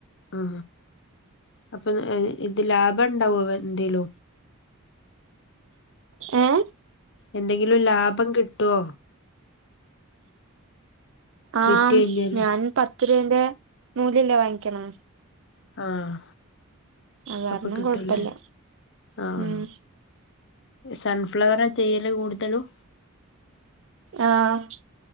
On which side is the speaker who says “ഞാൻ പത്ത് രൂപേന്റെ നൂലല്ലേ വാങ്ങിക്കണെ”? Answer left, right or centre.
Right